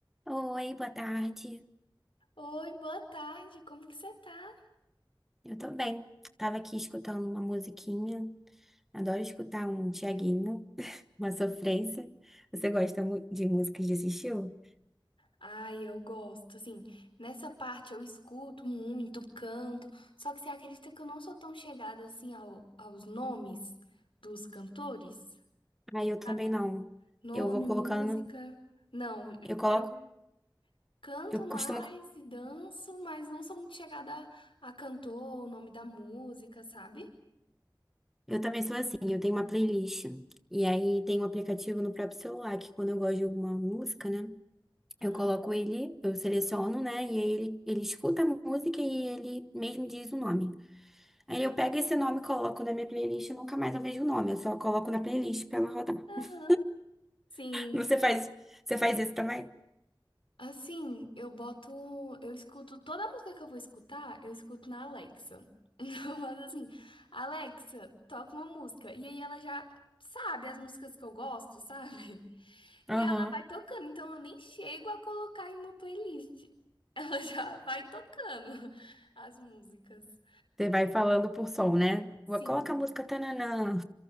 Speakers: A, in the centre; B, on the left.
A: Oi, boa tarde.
B: Oi, boa tarde, como que você tá?
A: Eu tô bem. Tava aqui escutando uma musiquinha. Adoro escutar um Thiaguinho, <laughs> uma sofrência. Você gosta mu- de músicas desse estilo?
B: Ai, eu gosto, assim, nessa parte eu escuto muito, canto, só que você acredita que eu não sou tão chegada assim ao- aos nomes dos cantores?
A: Ah, eu também
B: Sabe?
A: não.
B: Nome,
A: Eu vou colocando,
B: música. Não,
A: eu coloco,
B: eu canto
A: eu costumo,
B: mais e danço, mas não sou muito chegada a, a cantor, o nome da música, sabe?
A: eu também sou assim, eu tenho uma playlist. E aí tem um aplicativo no próprio celular que quando eu gosto de alguma música, né?
B: Hum.
A: Eu coloco ele, eu seleciono, né? E aí ele, ele escuta a música e ele mesmo diz o nome. Aí eu pego esse nome, coloco na minha playlist e nunca mais eu vejo o nome. Eu só coloco na playlist pra ela rodar.
B: Aham.
A: <laughs>
B: Sim.
A: Você faz, você faz isso também?
B: Assim, eu boto. Eu escuto toda a música que eu vou escutar, eu escuto na Alexa. <laughs> Então eu faço assim, Alexa, toca uma música. E aí ela já sabe as músicas que eu gosto, sabe?
A: Aham.
B: E ela vai tocando, então eu nem chego a colocar em uma playlist. <laughs> Ela já vai tocando as músicas.
A: Você vai falando por som, né?
B: Sim,
A: Vou colocar a música tananã.